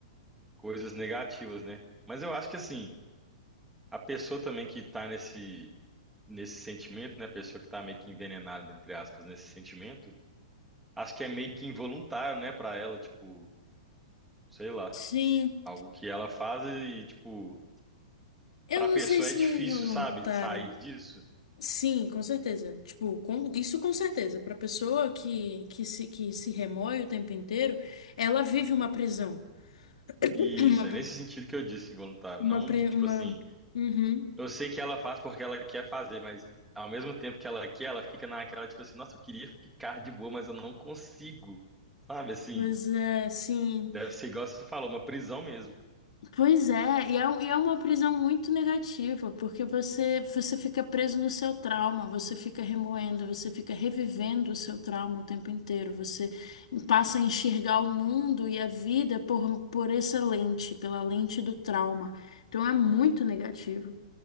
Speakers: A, in the centre; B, on the left.
A: coisas negativas, né? Mas eu acho que assim, a pessoa também que tá nesse nesse sentimento, né, a pessoa que tá meio que envenenada entre aspas nesse sentimento, acho que é meio que involuntário, né, pra ela, tipo, sei lá,
B: Sim.
A: algo que ela faz e tipo,
B: Eu
A: pra
B: não
A: pessoa
B: sei se
A: é difícil,
B: voluntário.
A: sabe, sair disso.
B: Sim, com certeza. Tipo, com- isso com certeza. Para pessoa que, que se, que se remói o tempo inteiro, ela vive uma prisão. <clears throat>
A: E
B: Uma,
A: isso é
B: pri-
A: nesse sentido que eu disse involuntário,
B: uma,
A: não
B: pri-
A: de tipo
B: uma...
A: assim,
B: Uhum.
A: Eu sei que ela faz porque ela quer fazer, mas ao mesmo tempo que ela quer, ela fica naquela, tipo assim, nossa, eu queria ficar de boa, mas eu não consigo. Sabe assim?
B: Pois é, sim.
A: Deve ser igual você falou, uma prisão mesmo.
B: Pois é, e é, um- e é uma prisão muito negativa, porque você, você fica preso no seu trauma, você fica remoendo, você fica revivendo o seu trauma o tempo inteiro, você passa a enxergar o mundo e a vida por, por essa lente, pela lente do trauma. Então é muito negativo.